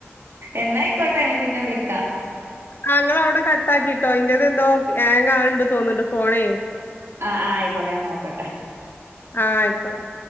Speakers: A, on the right (about 60°); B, on the left (about 50°).
A: എന്നായിക്കോട്ടെ പിന്നെ വിളിക്കാം
B: നിങ്കൾ അവിടെ കട്ടാക്കിയിട്ടോ ഇന്റേത എന്തോ ഹാങ്ങ്‌ ആണ്ട് തോന്നിണ്ട് ഫോണേ
A: ആ ആയിക്കൊട്ടെ ഞാൻനോക്കട്ടെ
B: ആഹ ആയിക്കോട്ടെ